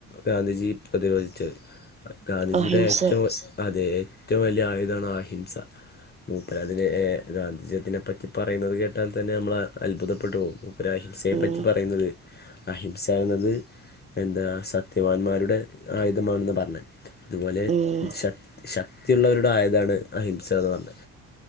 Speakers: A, on the left; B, on the right.
A: ഗാന്ധിജി പ്രതിരോധിച്ചത് ഗാന്ധിജിയുടെ
B: അഹിംസ
A: ഏറ്റവും അതെ ഏറ്റവും വലിയ ആയുധാണ് അഹിംസ മൂപ്പരതിനെ ഏഹ് ഗാന്ധിജയതിനെപ്പറ്റി പറയുന്നത് കേട്ടാൽ തന്നെ നമ്മള് അത്ഭുതപ്പെട്ടു പോകും ഒര അഹിംസയെപ്പറ്റി
B: ഉം
A: പറയ്ന്നത് അഹിംസ എന്നത് എന്താ സത്യവാന്മാരുടെ ആയുധമാണെന്ന് പറ്ഞ്ഞെ അതുപോലെ
B: ഉം
A: ശക് ശക്തിയുള്ളവരുടെ ആയുധാണ് അഹിംസാന്ന് പറ്ഞ്ഞെ